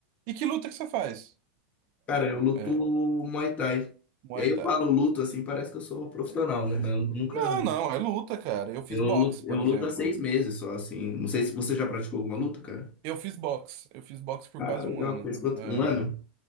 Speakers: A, on the right; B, on the left.
A: E que luta que você faz?
B: Cara, eu luto
A: É, é, é
B: Muay Thai.
A: Muay
B: E aí eu
A: Thai.
B: falo luto, assim, parece que eu sou profissional, né? Eu nunca...
A: Não, não, é luta, cara. Eu fiz
B: Eu
A: boxe,
B: luto,
A: por
B: eu
A: exemplo.
B: luto há seis meses só, assim. Não sei se você já praticou alguma luta, cara?
A: Eu fiz boxe. Eu fiz boxe por
B: Ah,
A: quase
B: legal.
A: um ano.
B: Fez quanto?
A: É,
B: Um ano?